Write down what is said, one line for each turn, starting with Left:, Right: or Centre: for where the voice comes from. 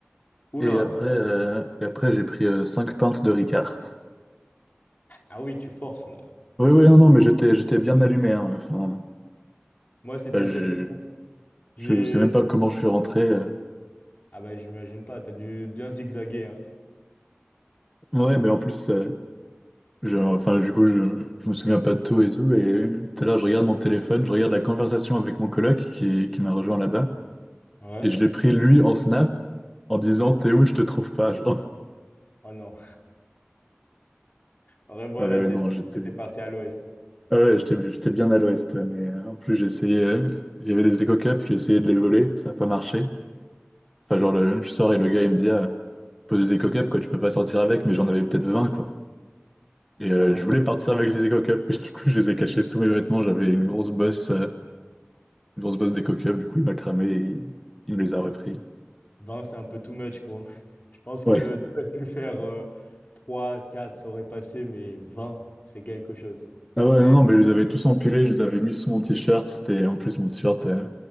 Left: Oula.
Centre: et après, euh, et après j'ai pris euh, 5 pintes de Ricard.
Left: Ah oui, tu forces là.
Centre: Oui, oui, non, non, mais j'étais, j'étais bien allumé. hein, Enfin,
Left: Moi, c'était
Centre: enfin, je,
Left: cette semaine. J'ai
Centre: je, je sais même pas comment je suis rentré. euh.
Left: Ah bah j'imagine pas, t'as dû bien zigzaguer, hein.
Centre: Ouais, mais en plus, euh, je, enfin, du coup, je, je me souviens pas de tout et tout. Et tout à l'heure, je regarde mon téléphone, je regarde la conversation avec mon coloc qui, qui m'a rejoint là-bas.
Left: Ouais.
Centre: Et je l'ai pris lui en snap en disant T'es où, je te trouve pas. Genre.
Left: Oh non. Vraiment
Centre: Ouais,
Left: là,
Centre: ouais,
Left: c'était
Centre: non, j'étais
Left: c'était parti à l'ouest.
Centre: ah ouais, j'étais j'étais bien à l'ouest, ouais, mais euh, en plus, j'ai essayé. euh, Il y avait des éco-cups, j'ai essayé de les voler, ça n'a pas marché. Enfin, genre, le- je sors et le gars, il me dit Ah, pose des éco-cups, quoi, tu peux pas sortir avec, mais j'en avais peut-être 20 quoi. Et euh,
Left: Ah ouais.
Centre: je voulais partir avec les éco-cups, mais du coup, je les ai cachés sous mes vêtements, j'avais une grosse bosse, euh, une grosse bosse d'éco-cups, du coup, il m'a cramé et il, il me les a repris.
Left: Vingt c'est un peu too much, quoi. Je pense que
Centre: Ouais.
Left: t'aurais pu faire euh, 3, 4, ça aurait passé, mais vingt c'est quelque chose.
Centre: Ah ouais,
Left: Mais
Centre: non, non, mais je les avais tous empilés, je les avais mis sous mon t-shirt. C'était en plus mon t-shirt euh,